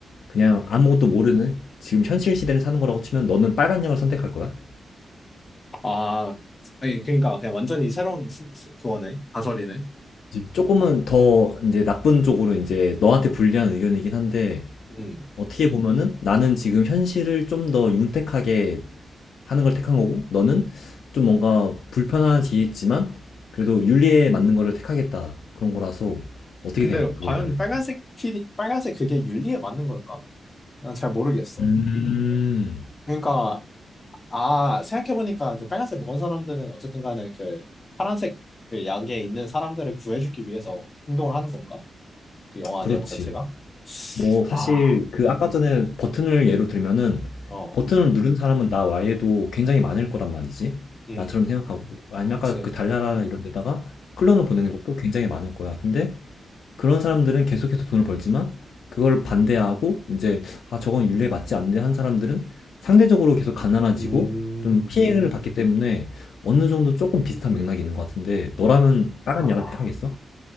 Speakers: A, on the left; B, on the left.
A: 그냥
B: 음.
A: 아무것도 모르는 지금 현실 시대를 사는 거라고 치면 너는 빨간 약을 선택할 거야?
B: 아, 아니, 그러니까 그냥 완전히 새로운 시, 시- 그거네. 가설이네.
A: 조금은 더 이제 나쁜 쪽으로 이제 너한테 불리한 의견이긴 한데
B: 음.
A: 어떻게 보면은 나는 지금 현실을 좀 더 윤택하게 하는 걸 택한 거고 너는 좀 뭔가 불편하겠지만 그래도 윤리에 맞는 거를 택하겠다 그런 거라서 어떻게
B: 근데
A: 생각해? 그거에
B: 과연
A: 관련.
B: 빨간색 필이, 빨간색 그게 윤리에 맞는 걸까? 난 잘 모르겠어.
A: 음.
B: 그러니까, 아, 생각해보니까 그 빨간색 먹은 사람들은 어쨌든 간에 그 파란색 그 약에 있는 사람들을 구해주기 위해서 행동을 하는 건가? 그 영화
A: 그렇지.
B: 내용 자체가?
A: 뭐 사실
B: 아,
A: 그 아까 전에 버튼을 예로 들면은
B: 어,
A: 버튼을 누른 사람은 나 외에도 굉장히 많을 거란 말이지.
B: 음,
A: 나처럼 생각하고 아니면
B: 그치.
A: 아까 그 달나라 이런 데다가 클론을 보내는 것도 굉장히 많을 거야. 근데 그런 사람들은 계속해서 돈을 벌지만 그걸 반대하고 이제 아 저건 윤리에 맞지 않는데 한 사람들은 상대적으로 계속 가난해지고
B: 음,
A: 좀 피해를 받기 때문에 어느 정도 조금 비슷한 맥락이 있는 것 같은데 너라면 다른
B: 아,
A: 약을 택하겠어?